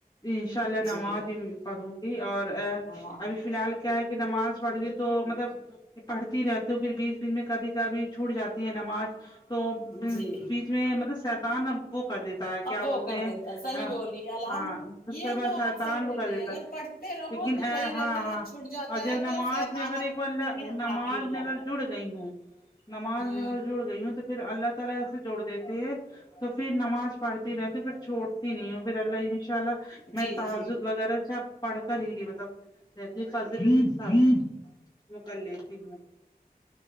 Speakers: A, on the left (about 25°); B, on the left (about 65°).
A: ان شاء اللہ
B: جی
A: نماز پڑھوں گی اور آ
B: ہاں
A: ابھی فی الحال کیا ہے کی نماز پڑھ ہوں گی تو مطلب پڑھتی رہتی پھر بیچ بیچ میں کبھی کبھی چھوٹ جاتی ہے نماز تو
B: جی
A: بیچ میں مطلب شیتان اب وہ کر دے تا ہے کیا
B: اب
A: بولتے
B: وہ کر
A: ہیں
B: دیتا صحیح
A: ہاں
B: بولی الحمد
A: اس
B: یہ
A: سے بس
B: تو
A: شیتان
B: آپ صحیح بول
A: وہ کر
B: رہے
A: دیتا
B: ہیں اگر پڑھتے رہو
A: لیکن
B: تو
A: ہاں
B: صحیح
A: ہاں
B: رہتا ہے چھٹ جاتا
A: اور جب
B: ہے
A: نماز
B: تو شیطان
A: میں اگر
B: اپنے
A: ایک بار
B: میں
A: نماز
B: حاوی ہو
A: میں
B: جاتا
A: اگر جڑ گئی ہوں نماز
B: ہے ہوں
A: میں اگر جوڑ گئی ہوں تو پھر اللہ تعالی ایسے جوڑ دیتے ہیں تو پھر نماز پڑھتی رہتی پھر چھوڑتی نہیں ہوں پھر اللہ انشاء اللہ میں
B: جی
A: تہجد
B: جی
A: وغیرہ اچھا پڑکر ہی مطلب رہتی فضیلت کے ساتھ وہ کر لیتی ہوں